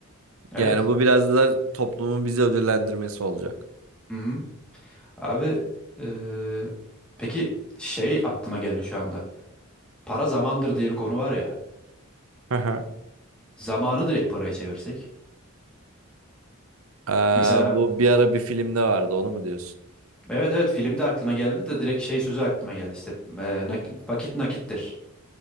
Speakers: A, in the centre; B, on the right (about 75°).
A: Evet.
B: Yani bu biraz da toplumun bizi ödüllendirmesi olacak.
A: Hı hı. Abi eee, peki şey aklıma geldi şu anda. Para zamandır diye bir konu var ya.
B: Hı hı.
A: Zamanı direkt paraya çevirsek.
B: Ee,
A: Mesela
B: bu bir ara bir filmde vardı onu mu diyorsun?
A: evet evet filmde aklıma geldi de direkt şey sözü aklıma geldi işte eee, nak- vakit nakittir.